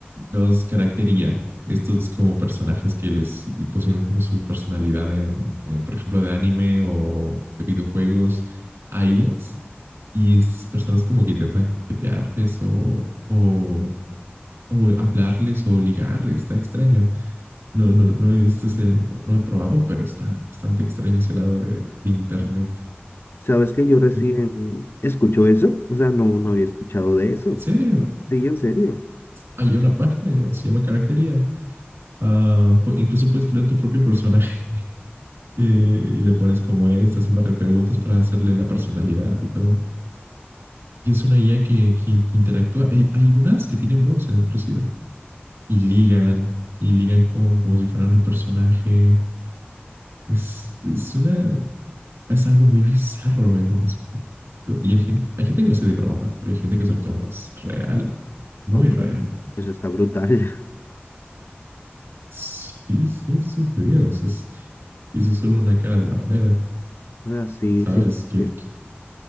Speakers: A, on the right; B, on the left.
A: Los caractería, estos como personajes que les y pusieron como su personalidad en, eh, por ejemplo, de anime o de videojuegos a IAs. Y estas personas como que intentan coquetearles o, o, o hablarles o ligar. Está extraño. No, no, no he visto ese, no, no he probado, pero está bastante extraño ese lado de, de internet.
B: ¿Sabes que yo recién
A: Y-
B: escucho eso? O sea, no, no había escuchado de eso.
A: ¿En serio?
B: Sí, en serio.
A: Hay una página ya, se llama Caractería. Ah, pu- incluso puedes crear tu propio personaje <laughs> eh, y le pones como es, te hacen par de preguntas para hacerle la personalidad y todo. Y es una IA que, que- que interactúa. Hay, hay unas que tienen voz, eh, inclusive, y ligan, y ligan con, como si fueran el personaje. Es, es una, es algo muy bizarro en un aspecto. Y hay gente, hay gente que lo hace de broma, pero hay gente que se lo toma más real, muy
B: No, pero
A: real.
B: eso está brutal. <laughs>
A: Sí, sí, sí, te digo, eso es, eso es solo una cara de la moneda.
B: O sea, sí,
A: ¿sabes?
B: sí,
A: ¿Qué,
B: sí.
A: qué-